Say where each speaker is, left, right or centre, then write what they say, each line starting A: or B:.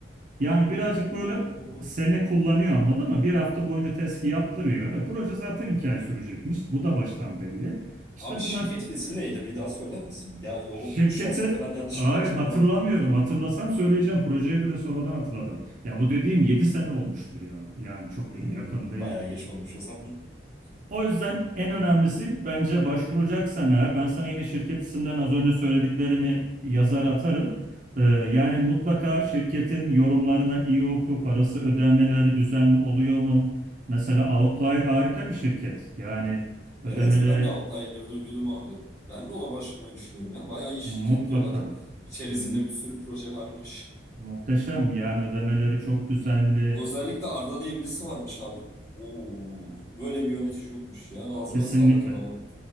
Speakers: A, on the right (about 40°); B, on the left (about 15°).
A: Yani birazcık
B: Oo.
A: böyle sene kullanıyor anladın ama bir hafta boyunca testi yaptırıyor. E, proje zaten 2 ay sürecekmiş. Bu da baştan belli. İşte
B: Abi
A: bunlar
B: şirketin ismi neydi? Bir daha söyler misin? Bir daha yolu
A: şirketi
B: düşerse falan yanlışlıkla
A: hayır
B: hiç
A: hatırlamıyorum.
B: uğramayayım.
A: Hatırlasam söyleyeceğim. Projeyi bile sonradan hatırladım. Ya bu dediğim 7 sene olmuştur ya. Yani çok
B: Hmm,
A: yakın değil.
B: bayağı geç olmuş o zaman. <laughs>
A: O yüzden en önemlisi bence başvuracaksan eğer ben sana yine şirket isimden az önce söylediklerimi yazar atarım. Ee, yani mutlaka şirketin yorumlarına iyi oku, parası ödemeleri düzenli oluyor mu? Mesela Outlier harika bir şirket. Yani ödemeleri
B: Evet ben de Outlier'ı duydum abi. Ben de ona başvurmayı düşünüyorum ya. Bayağı iyi şirket
A: mutlaka
B: diyorlar. İçerisinde
A: mu-
B: bir sürü proje varmış.
A: muhteşem. Yani ödemeleri çok düzenli.
B: Özellikle Arda diye birisi varmış abi. Oo, böyle bir yönetici yokmuş ya. Ağzına
A: Kesinlikle.
B: sağlık adamın.